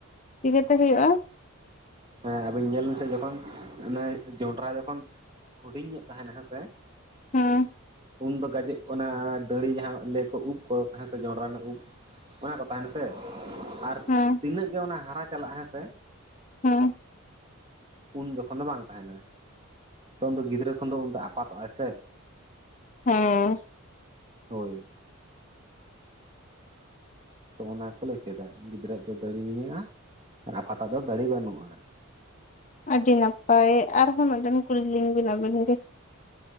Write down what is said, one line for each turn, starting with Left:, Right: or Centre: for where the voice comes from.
Left: ᱪᱤᱠᱟᱹᱛᱮ ᱦᱩᱭᱩᱜᱼᱟ?
Right: ᱦᱮᱸ ᱟᱵᱤᱱ ᱧᱮᱞ ᱵᱤᱱ ᱥᱮ ᱡᱚᱠᱷᱚᱱ ᱚᱱᱮ ᱡᱚᱱᱰᱽᱨᱟ ᱡᱚᱠᱷᱚᱱ ᱼᱼ ᱦᱩᱰᱤᱧ ᱧᱚᱜ ᱛᱟᱦᱮᱱᱟ ᱦᱮᱸ ᱥᱮ ᱾
Left: ᱦᱩᱸ ᱾
Right: ᱩᱱᱫᱚ ᱜᱟᱡᱮ ᱩᱱᱟ ᱫᱟᱹᱲᱩ ᱡᱟᱦᱟᱸ ᱞᱟᱹᱭ ᱟᱠᱚ ᱠᱚ ᱩᱵ ᱠᱚ ᱦᱮ ᱥᱮ ᱡᱚᱱᱰᱽᱨᱟ ᱨᱮᱱᱟᱜ ᱩᱵ ᱼᱼ ᱚᱱᱟ ᱠᱚ ᱛᱟᱦᱮᱱᱟ ᱥᱮ ᱟᱨ ᱼᱼ
Left: ᱦᱮᱸ ᱾
Right: ᱛᱤᱱᱟᱹᱜ ᱜᱮ ᱚᱱᱟ ᱦᱟᱨᱟ ᱪᱟᱞᱟᱜ ᱦᱮᱸ ᱥᱮ ᱼᱼ
Left: ᱦᱮᱸ ᱾
Right: ᱩᱱ ᱡᱚᱠᱷᱚᱱ ᱫᱚ ᱵᱟᱝ ᱛᱟᱦᱮᱱᱟ ᱛᱚ ᱩᱱ ᱫᱚ ᱜᱤᱫᱽᱨᱟᱹ ᱠᱷᱚᱱ ᱫᱚ ᱩᱱ ᱫᱚ ᱟᱯᱟᱛᱚᱜᱼᱟᱭ ᱥᱮ ᱾
Left: ᱦᱮᱸᱻ
Right: ᱦᱳᱭ ᱾ ᱛᱚ ᱚᱱᱟ ᱠᱚ ᱞᱟᱹᱭ ᱦᱚᱪᱚᱭ ᱫᱟ ᱜᱤᱫᱽᱨᱟᱹ ᱫᱚ ᱫᱟᱹᱲᱤ ᱢᱮᱱᱟᱜᱼᱟ ᱟᱨ ᱟᱯᱟᱛᱟᱜ ᱫᱚ ᱫᱟᱹᱲᱤ ᱵᱟᱹᱱᱩᱜᱼᱟ ᱾
Left: ᱟᱹᱰᱤ ᱱᱟᱯᱟᱭ ᱟᱨᱦᱚᱸ ᱢᱤᱫᱴᱟᱝ ᱠᱩᱞᱤ ᱞᱤᱧ ᱵᱮᱱ ᱟᱵᱤᱱ ᱜᱮ ᱾